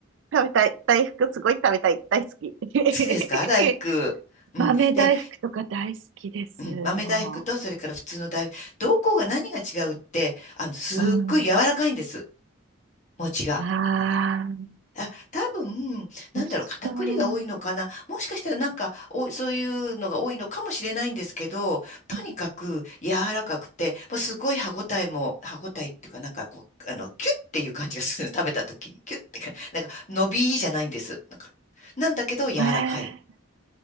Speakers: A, on the right; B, on the left.
A: 食べたい。大福すごい食べたい。大好き。<laughs>
B: 好きですか大福うん、
A: 豆大福とか大好きです。
B: で、うん、豆大福とそれから普通の大福、
A: も
B: どこが何が違うって、あの、すっごい柔らかいんです、
A: う。うん。
B: 餅が。
A: ああ、
B: あ、多分、
A: 美味しそう。
B: なんだろう、片栗が多いのかな。もしかしたらなんか、お、そういうのが多いのかもしれないんですけど、とにかく柔らかくて、
A: うん、
B: もうすごい歯ごたえも、歯ごたえっていうか、なんかこう、あの、キュッっていう感じがするの。食べた時に、キュッってか、なんか、伸びじゃないんです。なんか、なんだけど柔らかい。
A: え